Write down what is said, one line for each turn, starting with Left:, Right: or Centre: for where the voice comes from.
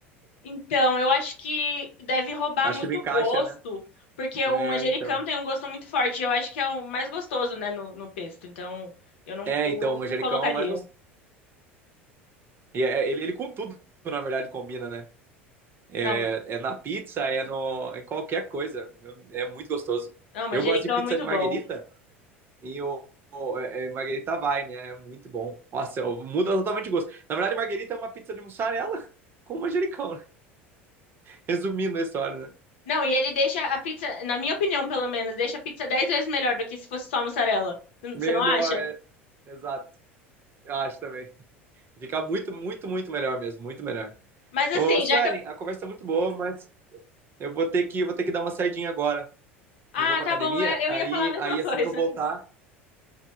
Left: Então, eu acho que deve roubar
Right: Acho
Left: muito
Right: que não encaixa,
Left: gosto,
Right: né?
Left: porque
Right: É,
Left: o manjericão
Right: então.
Left: tem um gosto muito forte. Eu acho que é o mais gostoso, né, no, no pesto. Então, eu não,
Right: É,
Left: eu
Right: então, o manjericão
Left: não colocaria.
Right: é o mais gostoso. E é- ele, ele com tudo, na verdade, combina, né? É,
Left: Não,
Right: é na pizza, é no, em qualquer coisa. É muito gostoso.
Left: não, manjericão
Right: Eu gosto de pizza
Left: é muito
Right: de marguerita,
Left: bom.
Right: E o, o- é- é Marguerita vai, né? É muito bom. Nossa, eu- muda totalmente o gosto. Na verdade, Marguerita é uma pizza de mussarela <laughs> com manjericão, né? Resumindo a história, né?
Left: Não, e ele deixa a pizza, na minha opinião, pelo menos, deixa a pizza 10 vezes melhor do que se fosse só mussarela. Você
Right: Melhor,
Left: não acha?
Right: é. exato. Eu acho também. Fica muito, muito, muito melhor mesmo. Muito melhor.
Left: Mas assim,
Right: Ô, Suelen,
Left: já que eu...
Right: a conversa tá muito boa, mas eu vou ter que, vou ter que dar uma saidinha agora.
Left: Ah,
Right: Eu vou pra
Left: tá
Right: academia,
Left: bom, é, eu
Right: aí,
Left: ia falar a mesma
Right: aí
Left: coisa.
Right: assim que eu voltar,
Left: <laughs>